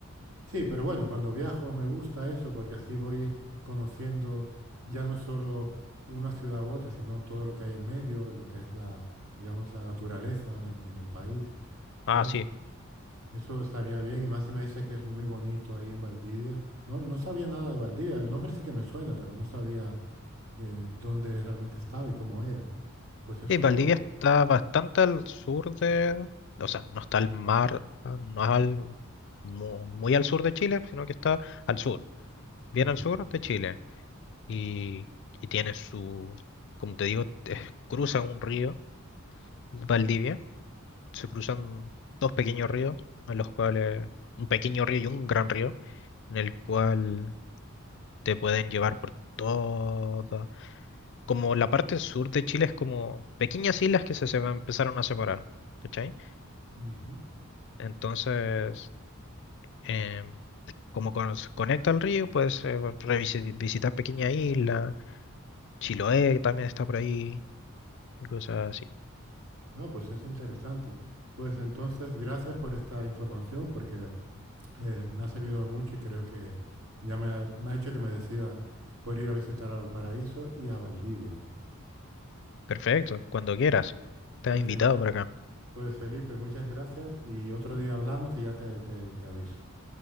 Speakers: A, on the right; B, on the left.
A: Sí, pero bueno, cuando viajo me gusta eso porque así voy conociendo ya no solo una ciudad u otra, sino todo lo que hay en medio, lo que es la, digamos, la naturaleza en, en el país. Entonces,
B: Ah, sí,
A: eso estaría bien. Y más si me dices que es muy bonito ahí en Valdivia. No, no sabía nada de Valdivia. El nombre sí que me suena, pero no sabía eh, dónde realmente estaba y cómo era. Pues eso...
B: Sí, Valdivia está bastante al sur de, o sea, no está al mar, ah, no es al, mu- muy, al sur de Chile, sino que está al sur, bien
A: ujú,
B: al sur de Chile. Y, y tiene su, como te digo, <laughs> te- cruza un río, Valdivia, se cruzan dos pequeños ríos, en los cuales, un pequeño río y un gran río, en el cual te pueden llevar por toda, como la parte sur de Chile es como pequeñas islas que se, se empezaron a separar. ¿Cachai?
A: ujú.
B: Entonces, em, como cono- se conecta al río, puedes eh, revisi- visitar pequeña isla. Chiloé también está por ahí y cosas así.
A: Ah, pues es interesante. Pues entonces, gracias por esta información porque eh, me ha servido de mucho y creo que ya me ha, me ha hecho que me decida por ir a visitar a Valparaíso y a Valdivia.
B: Perfecto, cuando quieras. Estás
A: Pues,
B: invitado
A: Gene-
B: por acá.
A: pues Felipe, muchas gracias y otro día hablamos y ya te- te- te aviso.